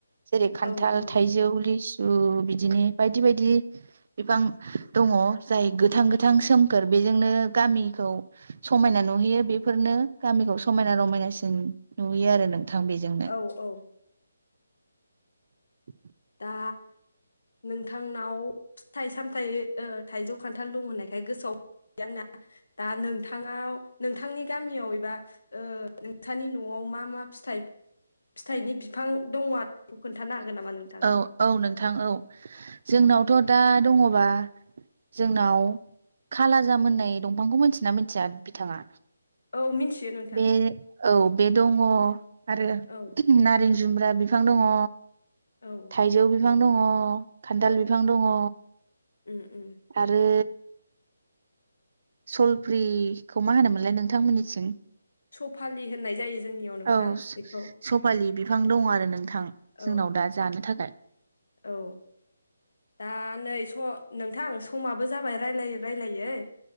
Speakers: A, on the right; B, on the left.
A: जेरै खान्थाल
B: औ औ
A: थाइजौ लिस ओम बिदिनो बायदि बायदि बिफां दङ जाय गोथां गोथां सोमखोर बेजोंनो गामिखौ समायना नुहैयो बेफोरनो गामिखौ समायना रमायनासिन नुयो आरो नोंथां बेजोंनो
B: औ औ
A: <inaudible>
B: दा नोंथांनाव फिथाइ सामथाइ ओ थाइजौ खान्थाल दं होननायखाय गोसोआव फैबाय आंना दा नोंथाङाव नोंथांनि गामियाव एबा ओ नोंथांनि न'आव मा मा फिथाइ फिथाइनि बिफां दङ आर खोन्थानो हागोन नामा नों
A: औ औ नोंथां औ जोंनावथ' दा दङबा जोंनाव खालाजाम होननाय दंफांखौ मोनथियोना मिनथिया बिथाङा?
B: औ मिन्थियो नोंथां
A: बे औ बे दङ आरो
B: औ
A: नारें जुमब्रा बिफां दङ
B: औ
A: थायजौ बिफां दङ खान्थाल
B: औ
A: बिफां दङ
B: उम उम
A: आरो सलफ्रिखौ मा होनोमोनलाय नोंथांमोननिथिं
B: सफालि होननाय जायो जोंनियाव नोंथां
A: औ
B: बेखौ
A: सफालि बिफां दं आरो नोंथां
B: औ
A: जोंनाव दा जानो थाखाय
B: औ दा नै स नोंथां समाब जाबाय रायलायै रायलायै।